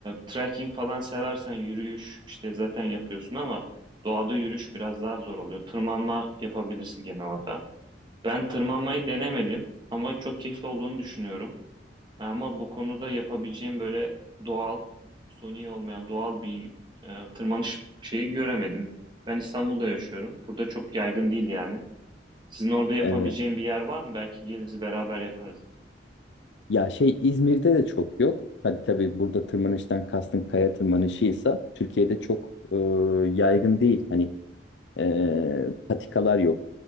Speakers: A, on the right; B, on the left.
A: trekking falan seversen yürüyüş işte zaten yapıyorsun ama doğada yürüyüş biraz daha zor oluyor. Tırmanma yapabilirsin gene orada. Ben tırmanmayı denemedim ama çok keyifli olduğunu düşünüyorum. Ama bu konuda yapabileceğim böyle doğal, suni olmayan doğal bir e, tırmanış şeyi göremedim. Ben İstanbul'da yaşıyorum. Burada çok yaygın değil yani. Sizin orada yapabileceğim
B: evet.
A: bir yer var mı? Belki geliriz beraber yaparız.
B: Ya şey İzmir'de de çok yok. Hadi tabii burada tırmanıştan kastın kaya tırmanışıysa Türkiye'de çok e, yaygın değil. Hani e, patikalar yok.